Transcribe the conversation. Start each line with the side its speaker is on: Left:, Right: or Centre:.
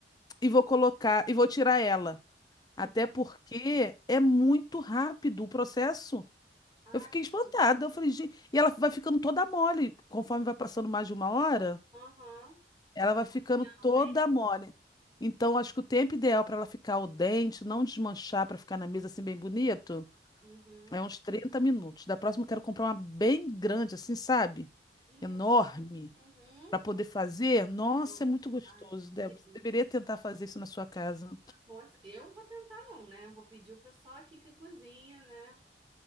Left: e vou colocar, e vou tirar ela.
Right: Entendi.
Left: Até porque é muito rápido o processo.
Right: Ah,
Left: Eu fiquei
Right: entendi.
Left: espantada. Eu falei, gente. E ela vai ficando toda mole. Conforme vai passando mais de uma hora,
Right: aham. Porque
Left: ela
Right: vai
Left: vai
Right: cozinhando
Left: ficando toda
Right: bem.
Left: mole. Então, acho que o tempo ideal para ela ficar o dente, não desmanchar, para ficar na mesa assim bem bonito,
Right: Uhum.
Left: é uns 30 minutos. Da próxima, eu quero comprar uma bem grande, assim, sabe?
Right: Que legal.
Left: Enorme.
Right: Uhum.
Left: Para poder fazer. Nossa,
Right: Oh,
Left: é muito gostoso,
Right: Ai,
Left: Débora.
Right: que
Left: Você
Right: delícia.
Left: deveria tentar fazer isso na sua casa.
Right: Nossa, eu vou tentar não, né? Eu Vou pedir o pessoal aqui que cozinha, né?